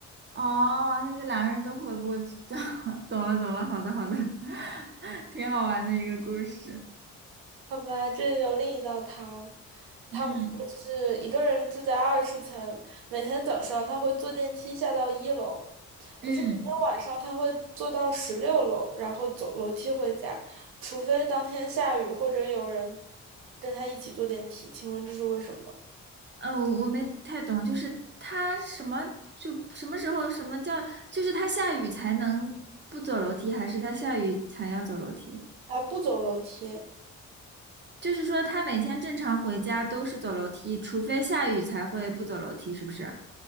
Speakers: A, on the right; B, on the right.
A: 哦，那就两个人都回不过去，<laughs> 懂了懂了，好的好的，<laughs> 挺好玩的一个故事。
B: 好吧，这里有另一道汤，
A: 嗯
B: 他们是一个人住在二十层，每天早上他会坐电梯下到一楼，可是每天晚上他会坐到十六楼，
A: 嗯，
B: 然后走楼梯回家，除非当天下雨或者有人跟他一起坐电梯。请问这是为什么？
A: 呃，我我没太懂，就是他什么就什么时候什么叫，就是他下雨才能不走楼梯，还是他下雨才要走楼梯？
B: 他不走楼梯。
A: 就是说他每天正常回家都是走楼梯，除非下雨才会不走楼梯，是不是？